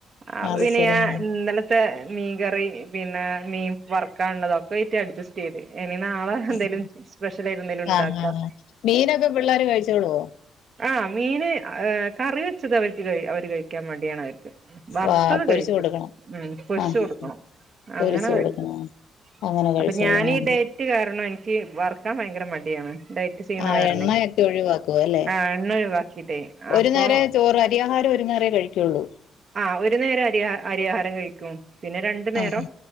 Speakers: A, on the right (about 45°); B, on the left (about 80°).
A: ആവിനെയാ
B: അത് ശരി ആ
A: ന്നലെത് ത്തെ മീൻകറി പിന്നെ മീൻ വർക്കാ ള്ളതൊക്കെയിട്ട് അഡ്ജസ്റ്റ് ചെയ്ത് ഇനി നാളെ എന്തേലും
B: ആ
A: സ്പെഷ്യൽ ആയിട്ട് എന്തേലും ഉണ്ടാക്കാം
B: ആ ആ. മീനൊക്കെ പിള്ളേര് കഴിച്ചോളുവോ?
A: ആ മീന്. ഈഹ് കറി വെച്ചത് അവര് അവര് കഴിക്കാൻ മടിയാണ് അവർക്ക് വർത്തത്
B: വാ പൊരിച്ചു
A: കഴിക്കും
B: കൊടുക്കണം
A: ഉം പൊരിച്ച്
B: ആ ഹാ
A: കൊടുക്കണം
B: ഹാ പൊരിച്ച്
A: അങ്ങനെ കഴിക്കും
B: കൊടുക്കണോ അങ്ങനെ കഴിച്ചോളുമോ
A: അപ്പൊ ഞാനീ ഡയറ്റ് കാരണം എനിക് ക്ക് വർക്കാൻ ഭയങ്കര മടിയാണ് ഡയറ്റ് ചെയ്യുന്ന
B: ആഹ്
A: കാരണേ
B: എണ്ണയൊക്കെ ഒഴിവാക്കും അല്ലെ
A: ആഹ് എണ്ണ ഒഴിവാക്കിട്ടേ
B: ഒരു
A: അപ്പൊ
B: നേരെ ചോറ് അരിയാഹാര ഒര് ഒര് നേരേ കഴിക്കുള്ളൂ
A: ആ ഒരു നേരം അരി അരിയാഹാരം കഴിക്കും പിന്നെ രണ്ടു നേരം
B: ആഹ്